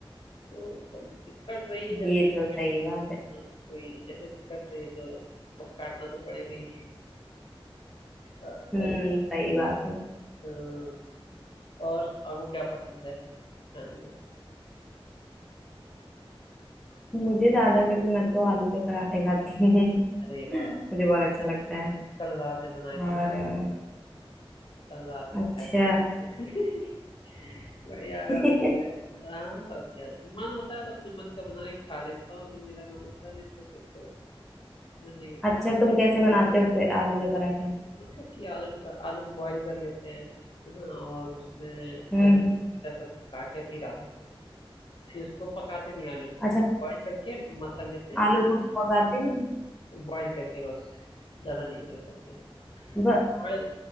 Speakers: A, on the left; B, in the centre.
A: तो अब कट रही है जैसे
B: ये
A: जैसे
B: तो सही
A: कट रही
B: बात
A: है हाँ, हाँ,
B: है
A: वही जैसे जैसे कट रही है तो अब काटना तो पड़ेगा ही हाँ,
B: हम्म
A: वही सब
B: सही बात है
A: हाँ, और आपको क्या पसंद है खाने में
B: मुझे ज्यादा करके मैं तो आलू के पराठे खाती हूँ <laughs>
A: अरे वाह
B: मुझे
A: अरे
B: बहुत
A: वाह।
B: अच्छा लगता है
A: कल रात में बनाए
B: और
A: थे मैंने कल रात में
B: अच्छा
A: खाए थे भाई। <laughs> बढ़िया आराम
B: <laughs>
A: से खाए थे। <laughs> हाँ और क्या मन होता है तो अपने मन का बना के खा लेता हूँ जब मेरा मन होता है नहीं तो फिर तो मजे
B: अच्छा
A: करता
B: तुम कैसे बनाते हो फिर आलू के पराठे
A: हूँ। मतलब कि आलू को आलू को बॉईल कर लेते हैं है ना और उसमें
B: हम्म
A: धनिया सब काट के ऐसे ही डाल देते हैं फिर उसको पकाते नहीं आलू
B: अच्छा
A: को बॉईल करके मसल लेते हैं
B: आलू को पकाते नहीं
A: बॉईल करके बस ज्यादा नहीं करते
B: ब,
A: ऑयल